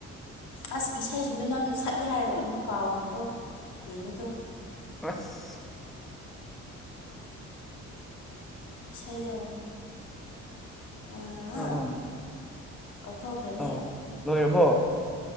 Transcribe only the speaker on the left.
ꯑꯁ ꯏꯁꯩꯁꯤꯡꯗꯨ ꯅꯪ ꯁꯛꯀꯦ ꯍꯥꯏꯔ ꯂꯣꯏꯅꯃꯛ ꯀꯥꯎꯈ꯭ꯔꯦꯗꯣ ꯌꯦꯡꯉꯨꯗꯣ
ꯏꯁꯩꯗꯣ ꯑꯥ
ꯀꯥꯎꯊꯣꯛꯈ꯭ꯔꯦꯅꯦ